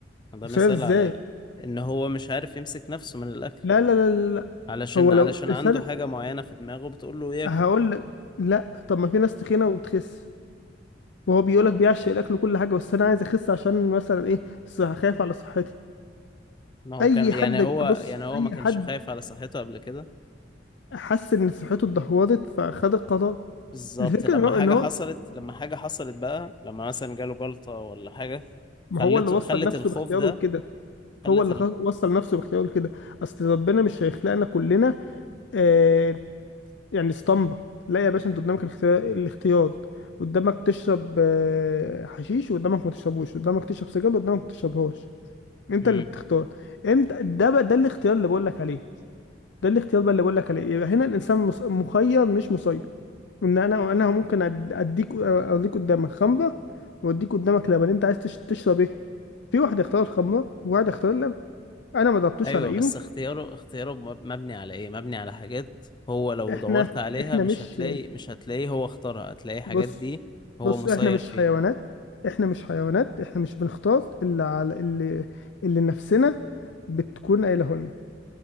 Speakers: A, on the left; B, on the left.
A: ده
B: مسيطر
A: مثال
B: ازاي
A: على ان هو مش عارف يمسك نفسه من الاكل
B: لا لا لا لا لا.
A: علشان
B: هو
A: علشان
B: لو الإنسان
A: عنده حاجة معينة في دماغه بتقول له ياكل
B: هقول لك لا طب ما في ناس تخينه وبتخس وهو بيقول لك بيعشق الاكل وكل حاجه بس انا عايز اخس عشان مثلا ايه صح خايف على صحتي
A: ما هو
B: اي
A: كان يعني
B: حد
A: هو
B: بيبقى- بص
A: يعني هو
B: اي
A: ما كانش
B: حد
A: خايف على صحته قبل كده
B: حس ان صحته اتدهورت فخد القرار
A: بالظبط
B: الفكره
A: لما
B: ان هو
A: حاجة
B: ان هو
A: حصلت لما حاجة حصلت بقى لما مثلا جاله جلطة ولا حاجة
B: ما
A: خلته
B: هو اللي وصل
A: خلت
B: نفسه
A: الخوف
B: باختياره
A: ده
B: لكده
A: خلت
B: هو اللي
A: ال...
B: خ- وصل نفسه باختياره لكده اصل ربنا مش هيخلقنا كلنا آه يعني اسطمبه لا يا باشا انت قدامك الاختيار الاختيار. قدامك تشرب آه، حشيش وقدامك ما تشربوش قدامك تشرب سجاير وقدامك ما تشربهاش انت
A: مم.
B: اللي بتختار امتى ده بقى ده الاختيار اللي بقول لك عليه ده الاختيار بقى اللي بقول لك عليه يبقى هنا الانسان مس- مخير مش مسير ان انا انا ممكن أد- اديك اوريك قدامك خمره واديك قدامك لبن انت عايز تش- تشرب ايه في واحد اختار الخمره وواحد اختار اللبن انا ما ضربتوش
A: ايوه
B: على ايده
A: بس اختياره اختياره مب- مبني على ايه مبني على حاجات هو لو
B: احنا
A: دورت عليها
B: احنا
A: مش
B: مش
A: هتلاقي مش هتلاقيه هو اختارها هتلاقي حاجات
B: بص
A: دي هو
B: بص
A: مسير
B: احنا مش
A: فيها
B: حيوانات احنا مش حيوانات احنا مش بنختار اللي على اللي اللي نفسنا بتكون قايله لنا.